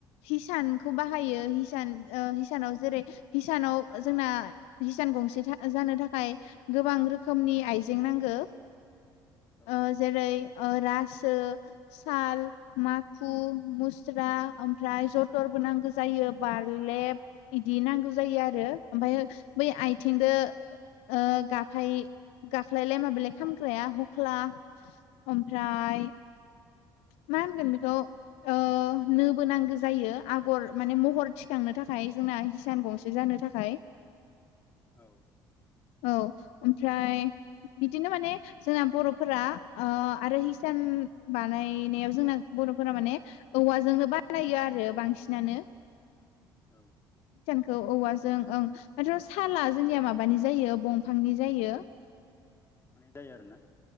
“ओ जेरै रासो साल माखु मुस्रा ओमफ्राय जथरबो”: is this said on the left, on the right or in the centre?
Left